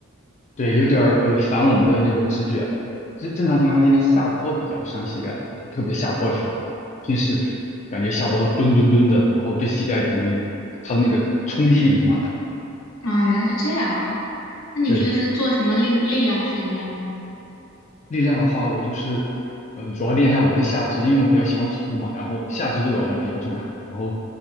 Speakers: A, on the left; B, on the left.
A: 对，有点儿呃反我们的那个直觉。正正常情况下，应该下坡比较伤膝盖，就特别下坡的时候，平时感觉下坡后蹲蹲蹲的，然后对膝盖可能它的那个冲击力非常大。
B: 啊，原来是这样啊。那你平时做什么力力量训练呢？
A: 对，力量的话，我就是，呃，主要练一下我的下肢，因为我比较喜欢跑步嘛，然后下肢对我来说比较重要。然后